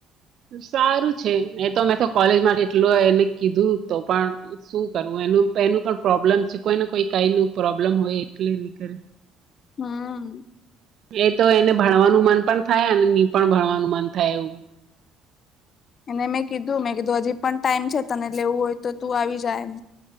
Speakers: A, on the right (about 50°); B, on the left (about 45°).
A: સારું છે મેતો મેતો કોલેજ માટે એટલું એને <unintelligible> કીધું તો પણ શું કરવું એનું એનું પણ પ્રોબ્લેમ છે. કોઈને કોઈ કાઈનું પ્રોબ્લેમ હોય. ક્લિયર ની કરે.
B: હા
A: એ તો એને ભણવાનું મન પણ થાય અને ની પણ ભણવાનું મન થાય એવું.
B: એને મેં કીધું મેં કીધું હજી પણ ટાઈમ છે તને લેવુ હોય તો તું આવીજા એમ.